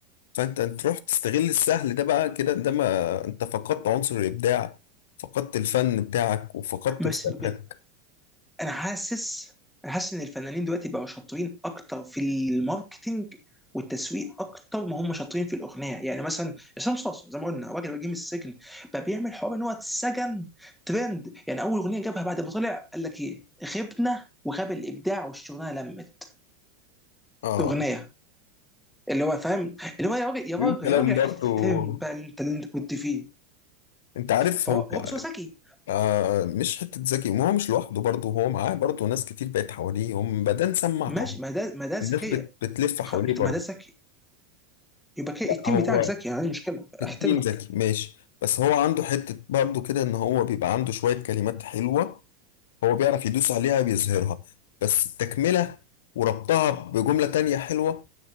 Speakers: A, on the left; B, in the centre.
A: فانت تروح تستغل السهل ده بقى كده ده ما انت فقدت عنصر الابداع فقدت الفن بتاعك وفقدت
B: بس
A: رسالتك
B: انا حاسس انا حاسس ان الفنانين دلوقتي بقوا شاطرين اكتر في الماركتينج والتسويق اكتر ما هم شاطرين في الاغنيه يعني مثلا عصام صاصا زي ما قلنا راجل وجيه من السجن بقى بيعمل حوار ان هو اتسجن ترند يعني اول اغنيه جابها بعد ما طلع قال لك ايه غبنا وغاب الابداع والشغلانه لمت
A: اه
B: اغنيه اللي هو فاهم اللي هو يا راجل يا
A: <laughs>
B: راجل
A: الكلام
B: يا راجل احترم
A: برضو
B: بقى انت اللي انت كنت فيه
A: انت عارف
B: فهو
A: هو
B: هو
A: أيوة.
B: بس هو ذكي
A: آه مش حته ذكي ما هو مش لوحده برضه هو معاه برضه ناس كتير بقت حواليه هم بدأ نسمع
B: ماشي
A: قوي
B: ما ده ما ده ذكيه
A: الناس بت بتلف حواليه
B: خ-
A: برضه
B: ما ده ذكي يبقى كده
A: لا،
B: التيم
A: هو
B: بتاعك ذكي يعني عندي مشكله
A: التيم
B: احترمك
A: ذكي ماشي بس هو عنده حته برضه كده ان هو بيبقى عنده شويه كلمات حلوه هو بيعرف يدوس عليها بيظهرها بس التكمله وربطها بجمله تانية حلوه